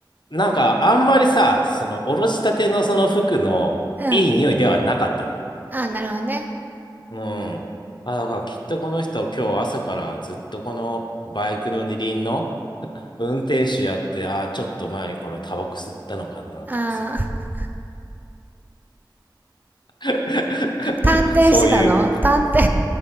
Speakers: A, on the left (about 65°); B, on the right (about 20°).
A: なんかあんまりさ、そのおろしたてのその服のいい匂いではなかったのよ。
B: うん。あー、なるほどね。
A: うん。あ、だからきっとこの人今日朝からずっとこのバイクの二輪の運転手やって、ああ、ちょっと前にこれタバコ吸ったのかなとかさ。
B: あー、
A: <laughs>
B: 探偵してたの探偵。
A: そういう。